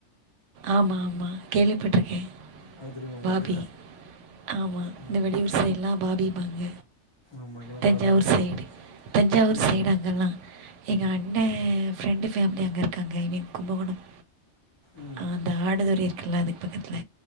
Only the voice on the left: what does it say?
அது தெரியுமா உங்களுக்கு
ம்
ஆமா இங்கெல்லா
பாபின்னு தா சொல்லுவாங்க
ம்
ம்